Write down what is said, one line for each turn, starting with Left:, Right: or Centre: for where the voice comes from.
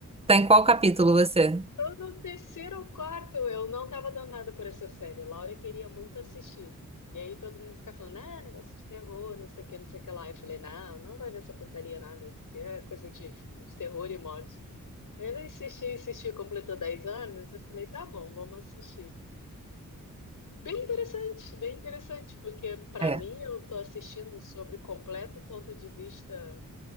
Right: tá em qual capítulo você?
Left: Tô no terceiro ou quarto, eu não tava danada por essa série. Laura queria muito assistir. E aí todo mundo fica falando, ah, negócio de terror, não sei o que, não sei o que lá. Eu falei, não, não vai ver essa porcaria nada, porque é coisa de, de terror e morte. Ele insistiu, insistiu, completou 10 anos. Eu falei, tá bom, vamos assistir. Bem interessante, bem interessante, porque pra
Right: É,
Left: mim eu tô assistindo sobre completo ponto de vista